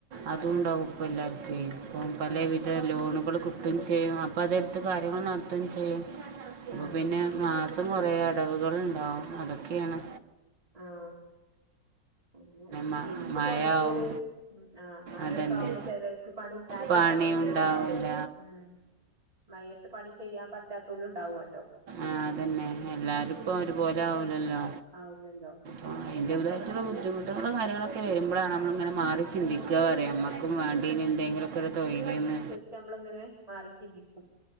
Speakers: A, on the right (about 85°); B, on the right (about 20°).
A: അതുംണ്ടാവും
B: ആഹ്
A: ഇപ്പെല്ലാർക്കുയ് ഇപ്പംപലവിധ
B: ആഹ് ആഹ്
A: ലോണുകള് കിട്ടും ചെയ്യും അപ്പതെട്ത്ത് കാര്യങ്ങള് നടത്തും ചെയ്യും അപ്പപിന്നെ
B: ആഹ് പിന്നെ
A: മാസം
B: ഉം
A: കൊറേ അടവുകള്ണ്ടാവും അതൊക്കെയാണ്
B: ആഹ്‌ പിന്നെ
A: മ-
B: ജീവിച്ചുപോണെങ്കിയൊരു
A: മഴയാവും
B: ആഹ് മഴൊക്കെവൂമ്പോ
A: അതന്നെ
B: ചെലോൽക്ക് പണി ഇല്ലാത്ത
A: പണി
B: ആളുകള്ണ്ടാവും
A: ഉണ്ടാവില്ല
B: ഉം മയത്ത് പണി ചെയ്യാൻ പറ്റാത്തോലുംണ്ടാവോല്ലോ
A: ആഹ്‌ അതന്നെ എല്ലാരുംപ്പൊ ഒരുപോലെ ആവൂലല്ലോ
B: ആവുലല്ലോ
A: <unintelligible> ബുദ്ധിമുട്ടുകളും കാര്യങ്ങളൊക്കെവരുമ്പോഴാണ് നമ്മള്ങ്ങന മാറി ചിന്തി ന്താപറയാ മ്മക്കും
B: ചിന്തി
A: വണ്ടീന് എന്തെങ്കിലുക്കെ ഒരുതൊഴില്ന്ന്
B: ഷമ്മള്ങ്ങനെ മാറിചിന്തിക്കും